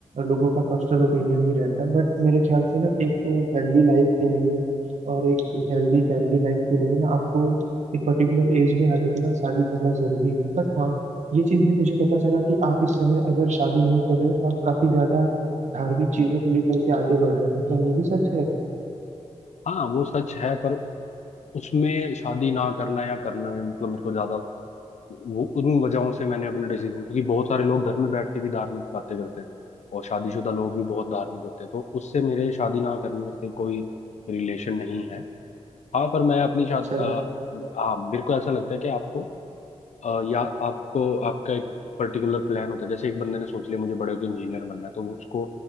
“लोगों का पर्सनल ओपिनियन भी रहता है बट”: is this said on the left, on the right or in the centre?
Right